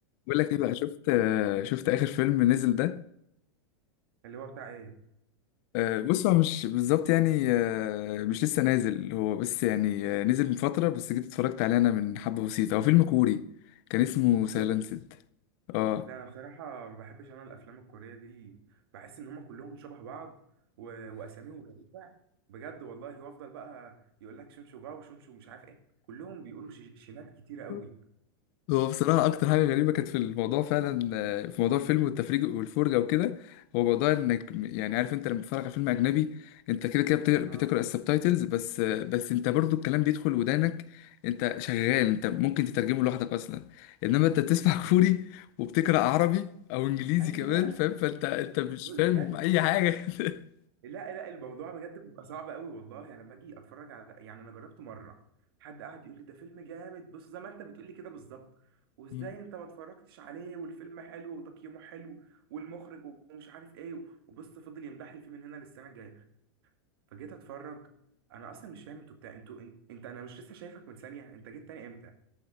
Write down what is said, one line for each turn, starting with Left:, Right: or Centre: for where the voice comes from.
Left: بقول لك ايه بقى شفت شفت اخر فيلم نزل ده
Right: اللي هو بتاع ايه
Left: آه، بص هو مش بالظبط يعني آه، مش لسه نازل هو بس يعني آه، نزل من فترة بس جيت اتفرجت عليه انا من حبة بسيطة هو فيلم كوري كان اسمه سايلنسد
Right: كوري
Left: اه
Right: لا انا بصراحه ما بحبش انا الافلام الكوريه دي بحس ان هم كلهم شبه بعض و... واساميهم غريبه بجد والله وافضل بقى يقول لك شنشو جاو شنشو مش عارف ايه كلهم بيقولوا ش... شينات كتيره قوي
Left: <laughs> هو بصراحة أكتر حاجة غريبة كانت في الموضوع فعلا آه، في موضوع الفيلم والتفريج والفرجة وكده هو موضوع إنك يعني عارف أنت لما بتتفرج على فيلم أجنبي أنت كده كده بتقرأ, بتقرأ
Right: اه
Left: السبتايتلز بس آه، بس أنت برضو الكلام بيدخل ودانك أنت شغال أنت ممكن تترجمه لوحدك أصلا إنما أنت بتسمع
Right: امم
Left: <laughs> كوري وبتقرأ عربي أو إنجليزي
Right: ايوه
Left: كمان فاهم فأنت أنت مش فاهم
Right: بجد
Left: أي حاجة <laughs>
Right: لا لا الموضوع بجد بيبقى صعب قوي والله انا باجي اتفرج على يعني انا جربت مره حد قعد يقول لي ده فيلم جامد بص زي ما انت بتقول لي كده بالظبط وازاي
Left: مم.
Right: انت ما اتفرجتش عليه والفيلم حلو وتقييمه حلو والمخرج ومش عارف ايه وبص فضل يمدح لي فيه من هنا للسنه الجايه فجيت اتفرج انا اصلا مش فاهم انتوا بتاع انتوا إن- انت انا مش لسه شايفك من ثانيه انت جيت تاني امتى